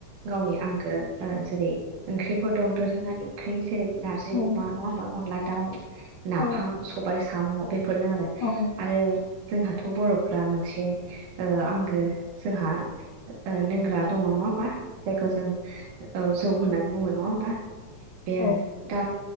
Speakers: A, on the right; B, on the left.
A: गावनि आंगो ओ जेरै ओंख्रिफोर दं दोरोङारि ओंख्रि जेरै नारजि
B: औ
A: अमा नङा होमबा अनला दाउ नाफाम
B: औ
A: सबाइ साम' बेफोरनो आरो
B: औ औ
A: आरो जोंहाथ' बर'फ्रा मोनसे ओ आंगो जोंहा ओ लोंग्रा दङ नङा ओमबा जायखौ जों जौ होननानै बुङो नङा ओमबा बे आरो
B: औ
A: दा